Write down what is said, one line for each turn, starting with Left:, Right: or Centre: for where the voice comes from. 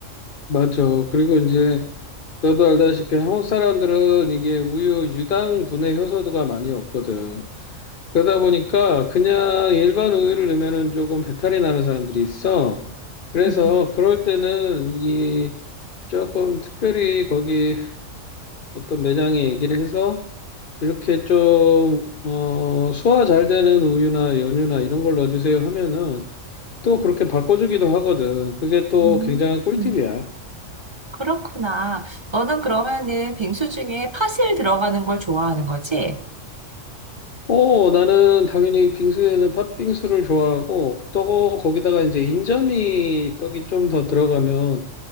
Left: 맞아. 그리고 이제 너도 알다시피 한국 사람들은 이게 우유 유당 분해 효소도가 많이 없거든. 그러다 보니까 그냥 일반 우유를 넣으면은 조금 배탈이 나는 사람들이 있어. 그래서
Right: 음.
Left: 그럴 때는 이 조금 특별히 거기 어떤 매장에 얘기를 해서 이렇게 좀, 어, 소화 잘 되는 우유나 연유나 이런 걸 넣어주세요 하면은 또 그렇게 바꿔주기도 하거든. 그게 또
Right: 음.
Left: 굉장한 꿀팁이야.
Right: 음. 그렇구나. 너는 그러면은 빙수 중에 파실 들어가는 걸 좋아하는 거지?
Left: 어, 나는 당연히 빙수에는 팥빙수를 좋아하고, 또 거기다가 이제 인절미 떡이 좀 더 들어가면,